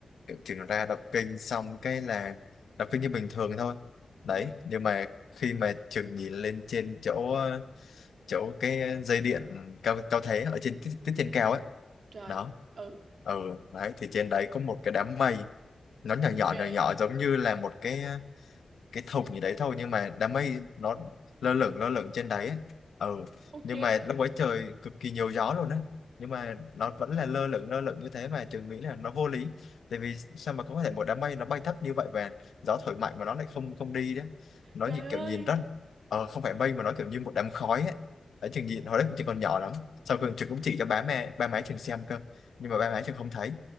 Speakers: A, on the left; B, on the right.
A: Kiểu trường ra đọc kinh xong cái là đọc kinh như bình thường thôi đấy
B: ừ
A: nhưng mà khi mà trường nhìn lên trên chỗ ờ, chỗ cái dây điện cao cao thế ở trên tiết tiết trên cao ấy
B: trời
A: đó
B: ừ
A: ừ đấy thì trên đấy có một cái đám mây nó nhỏ
B: Ok,
A: nhỏ nhỏ nhỏ giống như là một cái cái thùng gì đấy thôi nhưng mà đám mây nó lơ lửng lơ lửng trên đấy ấy. ừ
B: ok.
A: nhưng mà lúc ấy trời cực kỳ nhiều gió luôn á nhưng mà nó vẫn là lơ lửng lơ lửng như thế mà trường nghĩ là nó vô lý tại vì sao mà có thể một đám mây nó bay thấp như vậy và gió thổi mạnh mà nó lại không không đi đấy nó
B: Trời
A: như
B: ơi.
A: kiểu nhìn rất ờ, không phải mây mà nó kiểu như một đám khói ấy ở trường nhìn hồi đấy trường còn nhỏ lắm sau khi trường cũng chỉ cho ba mẹ ba má trường xem cơ nhưng mà ba má trường không thấy